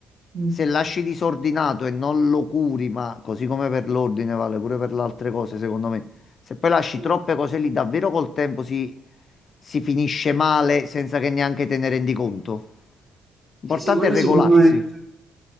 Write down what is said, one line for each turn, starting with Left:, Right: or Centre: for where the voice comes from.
Right: mm,
Left: se lasci disordinato e non lo curi, ma così come per l'ordine vale pure per le altre cose, secondo me. Se poi lasci
Right: Sì,
Left: troppe cose lì, davvero col tempo si, si finisce male senza che neanche te ne rendi conto. L'importante
Right: sì, sì, quello
Left: è regolarsi.
Right: sicuramente.